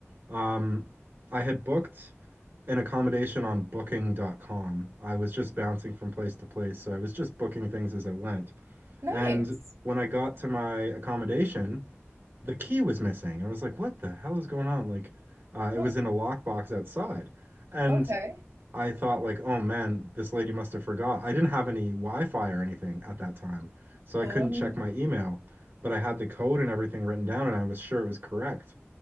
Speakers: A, on the right; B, on the right.
A: Um, I had booked. an accommodation on booking.com. I was just bouncing from place to place, so I was just booking things as I went.
B: Nice.
A: And when I got to my accommodation, the key was missing. And I was like, what the hell is going on? Like, uh, it
B: Oh,
A: was in a lockbox outside. And
B: okay.
A: I thought like, oh man, this lady must have forgot. I didn't have any Wi-Fi or anything at that time, so I
B: Oh,
A: couldn't check my email, but I had the code and everything written down, and I was sure it was correct.